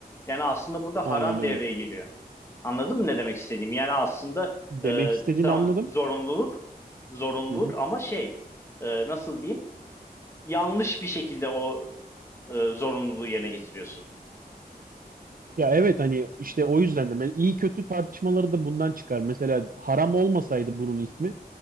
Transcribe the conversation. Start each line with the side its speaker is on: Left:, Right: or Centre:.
Left: Yani aslında burada
Right: aynen
Left: haram
Right: öyle.
Left: devreye giriyor. Anladın mı ne demek istediğimi? Yani aslında
Right: Demek
Left: e,
Right: istediğini
Left: tamam
Right: anladım.
Left: zorunluluk zorunluluk
Right: Hı hı.
Left: ama şey e, nasıl diyeyim? Yanlış bir şekilde o e, zorunluluğu yerine getiriyorsun.
Right: Ya evet hani işte o yüzden de ben iyi kötü tartışmaları da bundan çıkar. Mesela haram olmasaydı bunun ismi,